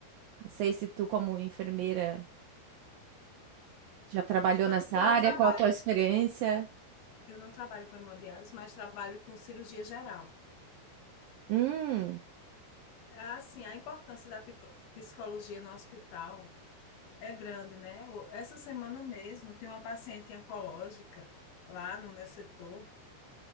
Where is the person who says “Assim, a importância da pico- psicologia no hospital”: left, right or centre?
Left